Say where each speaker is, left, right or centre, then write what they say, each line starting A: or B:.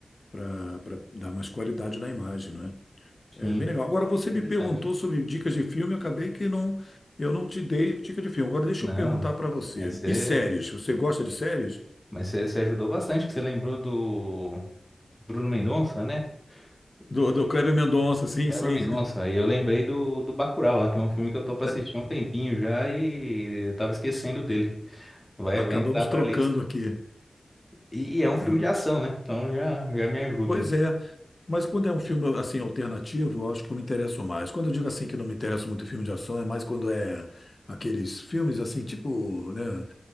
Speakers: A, on the left (about 50°); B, on the left (about 15°).
A: Para dar mais qualidade na imagem, é
B: sim,
A: bem legal. Agora você me
B: interessante.
A: perguntou sobre dicas de filme, eu acabei que não, eu não te dei dica de filme. Agora deixa
B: Não,
A: eu perguntar para você.
B: mas você,
A: E séries? Você gosta de séries?
B: mas você, você ajudou bastante, que você lembrou do, Bruno Mendonça, né?
A: Do,
B: E
A: do Kleber Mendonça, sim,
B: Kleber
A: sim.
B: Mendonça. E eu lembrei do, do Bacurau, lá, que é um filme que eu tô pra
A: <laughs>
B: assistir há um tempinho já e eu tava esquecendo dele. Vai,
A: Acabamos
B: vai entrar pra
A: trocando
B: lista.
A: aqui,
B: E, e é um filme
A: né?
B: de ação, né? Então já, já me ajuda.
A: Pois é, mas quando é um filme assim alternativo, eu acho que eu me interesso mais. Quando eu digo assim que não me interessa muito filme de ação, é mais quando é aqueles filmes assim, tipo, né,